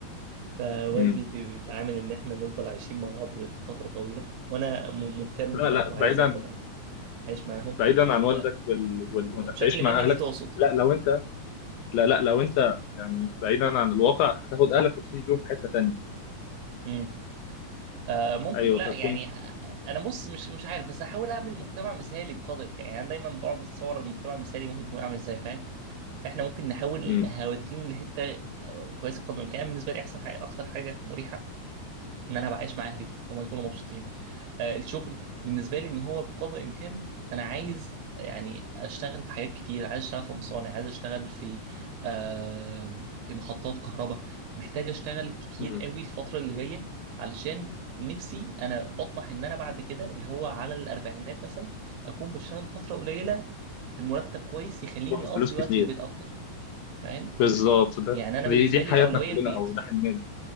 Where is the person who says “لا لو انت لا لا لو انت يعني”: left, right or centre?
Left